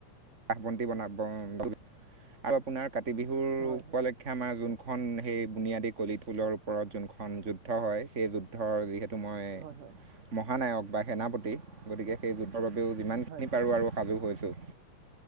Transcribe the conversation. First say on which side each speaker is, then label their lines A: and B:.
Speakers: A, on the right; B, on the right.
A: শ বন্তি বনাব আৰু আপোনাৰ কাতি বিহুৰ
B: হয়
A: উপলক্ষে
B: হয়
A: আমাৰ যোন খন সেই বুনিয়াদী কলিত পুলৰ ওপৰত যোনখন এখন যুদ্ধ হয় সেই যুদ্ধৰ যিহেতু মই
B: হয় হয়
A: মহানায়ক বা সেনাপতি গতিকে সেই যুদ্ধৰ বাবেও যিমানখিনি
B: হয়।
A: পাৰোঁ আৰু সাজু হৈছোঁ।